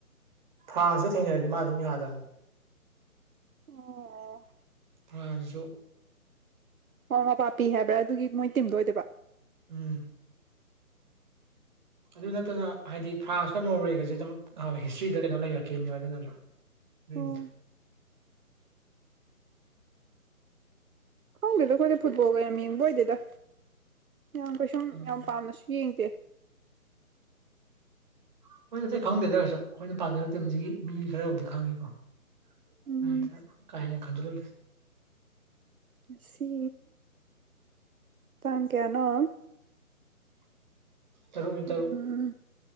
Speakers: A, on the right (about 30°); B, on the right (about 70°).
A: ꯐꯥꯡꯁ ꯊꯦꯡꯅꯔꯗꯤ ꯃꯥ ꯑꯗꯨꯝ ꯌꯥꯗꯕꯅꯤ
B: ꯑꯣ
A: ꯅꯥꯍꯟꯁꯨ
B: ꯑꯣ ꯃꯄꯄꯤ ꯍꯥꯏꯕ꯭ꯔꯥ ꯑꯗꯨꯒꯤ ꯃꯣꯏ ꯇꯤꯝꯗꯣ ꯑꯣꯏꯗꯣꯏꯕ
A: ꯎꯝ ꯑꯗꯨ ꯅꯠꯇꯅ ꯍꯥꯏꯗꯤ ꯐ꯭ꯔꯥꯟꯁꯀ ꯅꯣꯔꯋꯦꯒꯁꯦ ꯑꯗꯨꯝ ꯍꯤꯁꯇ꯭ꯔꯤꯗ ꯀꯩꯅꯣ ꯂꯩꯔꯛꯈꯤꯕꯅꯦꯕ ꯑꯗꯨꯅꯁꯨ
B: ꯎꯝ
A: <unintelligible>
B: ꯈꯪꯗꯦꯗ ꯑꯩꯈꯣꯏꯗꯤ ꯐꯨꯠꯕꯣꯜꯒ ꯌꯥꯝ ꯌꯦꯡꯕ ꯑꯣꯏꯗꯦꯗ ꯌꯥꯝ ꯀꯩꯁꯨꯝ
A: ꯎꯝ
B: ꯌꯥꯝ ꯄꯥꯝꯅꯁꯨ ꯌꯦꯡꯗꯦ
A: ꯑꯩꯈꯣꯏꯅꯇꯩ ꯈꯪꯗꯦꯗ꯭ꯔꯒꯁꯨ ꯑꯩꯈꯣꯏꯅ ꯄꯥꯝꯖꯕ ꯃꯇꯝꯝꯁꯤꯒꯤ ꯃꯤ ꯈꯔꯕꯨꯗꯤ ꯈꯪꯉꯤꯀꯣ ꯑ
B: ꯎꯝ
A: ꯀꯥꯏꯅꯦ ꯈꯟꯖ ꯂ
B: ꯉꯁꯤ ꯇꯥꯡ ꯀꯌꯥꯅꯣ
A: ꯇꯔꯨꯛꯅꯤ ꯇꯔꯨꯛ
B: ꯎꯝ